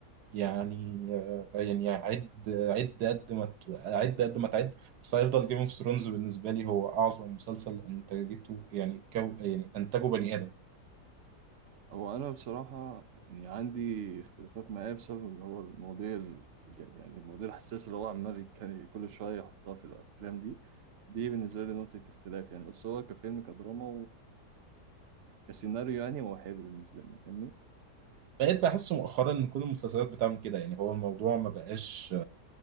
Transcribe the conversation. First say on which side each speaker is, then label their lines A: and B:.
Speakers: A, on the right; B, on the right.
A: يعني آه، يعني عد عد قد ما ت- عد قد ما تعد بس هيفضل جيم اوف ثرونز بالنسبه لي هو اعظم مسلسل انتجته يعني كو يعني انتجه بني ادم
B: هو أنا بصراحة يعني عندي اختلافات معاه بسبب اللي هو المواضيع ال- يعني المواضيع الحساسة اللي هو عمال يتك- كل شوية يحطها في الأفلام دي دي بالنسبة لي نقطة اختلاف يعني بس هو كفيلم كدراما وكسيناريو يعني هو حلو بالنسبة لي فاهمني؟
A: بقيت بحس مؤخرا ان كل المسلسلات بتعمل كده يعني هو الموضوع ما بقاش